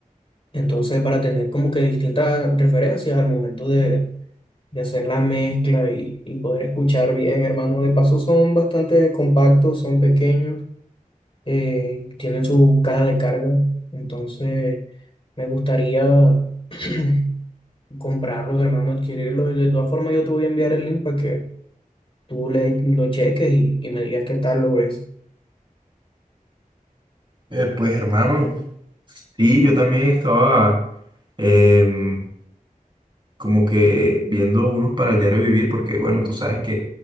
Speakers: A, on the left; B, on the right.
A: Entonces, para tener como que distintas referencias al momento de, de hacer la mezcla y, y poder escuchar bien, hermano. De paso, son bastante compactos, son pequeños eh, tienen su caja de carga, entonces me gustaría <clears throat> comprarlos, hermano, adquirirlos. Y de todas formas, yo te voy a enviar el link para que tú le, lo cheques y, y me digas qué tal lo es. <clears throat>
B: Eh, pues hermano, sí, yo también estaba em, como que viendo unos para el diario vivir, porque bueno, tú sabes que